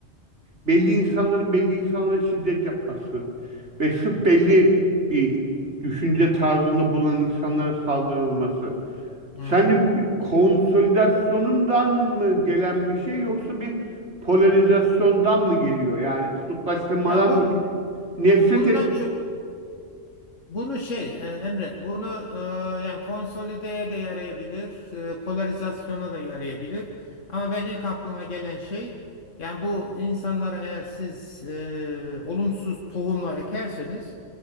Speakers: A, on the right (about 60°); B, on the left (about 75°).
A: Belli insanların belli insanlara şiddet yapması ve sırf belli bir düşünce tarzında bulunan insanlara saldırılması.
B: Hı.
A: Sence
B: hı.
A: bu bir konsolidasyonundan mı gelen bir şey yoksa bir polarizasyondan mı geliyor? Yani kutuplaştırmadan
B: Ya bun
A: mı geliyor? Nefret
B: bundan
A: et
B: çok Bunu şey e, Emre, bunu e, yani konsolideye de yarayabilir, e, polarizasyona da yarayabilir. Ama ben ilk aklıma gelen şey yani bu insanlara eğer siz e, olumsuz tohumlar ekerseniz